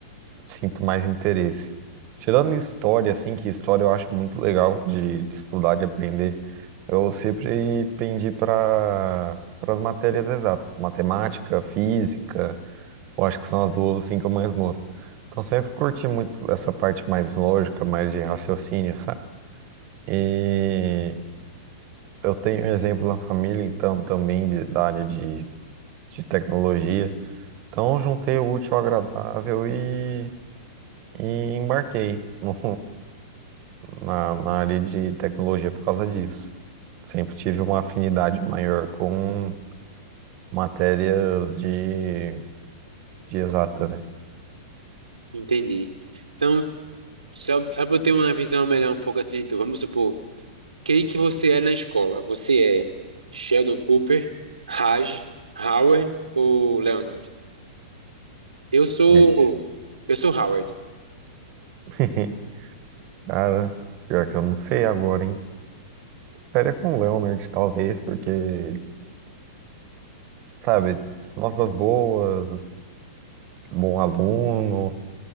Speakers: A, on the right; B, on the right.
A: sinto mais interesse. Tirando história, assim, que história eu acho muito legal de, de estudar, de aprender, eu sempre pendi para para as matérias exatas, matemática, física, Eu acho que são as duas assim que eu mais gosto. Então sempre curti muito essa parte mais lógica, mais de raciocínio, sabe? E eu tenho um exemplo na família, então, também de- da área de, de tecnologia. Então juntei o útil ao agradável e, e embarquei no- na, na área de tecnologia por causa disso. Sempre tive uma afinidade maior com matérias de, de exata, né?
B: Entendi. Então, só, só para eu ter uma visão melhor um pouco assim, tu, vamos supor, quem que você é na escola? Você é Sheldon Cooper, Raj, Howard ou Leonard? Eu sou
A: Vixe.
B: eu sou Howard.
A: <laughs> Cara, pior que eu não sei agora, hein? Ficaria com o Leonard, talvez, porque, sabe, notas boas, bom aluno,